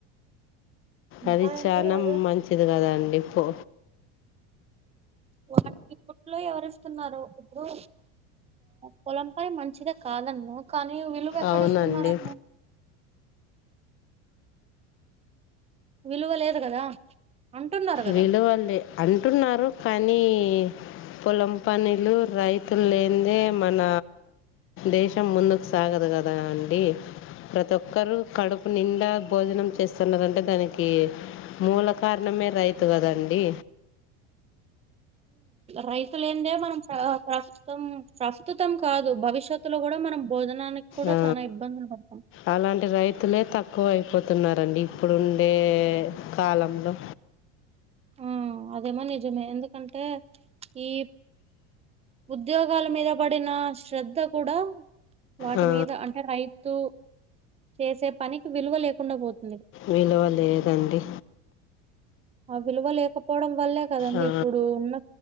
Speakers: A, on the right (about 20°); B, on the left (about 40°).
A: ఉంటాయండి
B: అది చానా
A: అదే
B: మంచిది కదా అండి పో
A: వా ఇట్లో ఎవరిస్తున్నారు ఇప్పుడు పొలం పని మంచిదే కాదన్ను కానీ విలువ ఎక్కడిస్తున్నారండి
B: అవునండి
A: విలువ లేదు కదా అంటున్నారు కదా
B: విలువలే అంటున్నారు కానీ పొలం పనులు రైతులు లేనిదే మన దేశం ముందుకు సాగదు కదా అండి ప్రతి ఒక్కరు కడుపు నిండా భోజనం చేస్తున్నారన్టే దానికి మూల కారణమే రైత్ తు కదా అండి
A: రైతులు ఏందే మనం ప్ర ప్రస్తుతం ప్రస్తుతం కాదు భవిష్యత్తులో కూడా మనం భోజనానికి కూడా
B: ఆ
A: చాలా ఇబ్బందులు పడతాం
B: అలాంటి రైతులే తక్ క్కువ అయిపోతున్నారండి ఇప్పుడుండే కాలంలో
A: ఆ అదేమో నిజమే ఎందుకంటే ఈ ఉద్యోగాల మీద పడిన శ్రద్ధ కూడా వాటి
B: ఆ,
A: మీద అంటే రైతు చేసే పనికి విలువ లేకుండా పోతు
B: విలువ లేదండి
A: ఆ విలువ లేకపోవడం వల్లే కదండి
B: ఆ,
A: ఇప్పుడు ఉన్న